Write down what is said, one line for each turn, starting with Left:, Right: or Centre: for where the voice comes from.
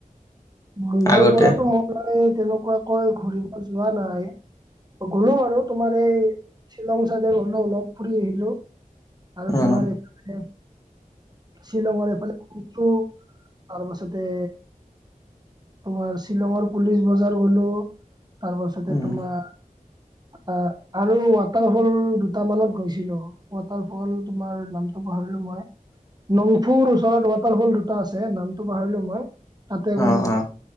Right: বন্ধৰ
Left: আগতে
Right: পৰাতো মই তেনেকুৱাকৈ ঘুৰিব যোৱা নাই। গ'লো বাৰু তোমাৰ এই শ্বিলং চাইডে গ'লো অলপ ফুৰি আহিলোঁ। আৰু
Left: উম
Right: তোমাৰ এইফালে শ্বিলংৰ এইফালে ফুৰিলো, তাৰপাছতে তোমাৰ শ্বিলঙৰ পুলিচ বজাৰ গ'লো তাৰপাছতে
Left: উম
Right: তোমাৰ আ আৰু ৱাটাৰ ফল দুটা মানত গৈছিলোঁ। ৱাটাৰ ফল তোমাৰ নামটো পাহৰিলো মই। নংফুৰ ওচৰত ৱাটাৰফল দুটা আছে নামটো পাহৰিলো মই, তাতে
Left: অ
Right: গ'লো।
Left: অ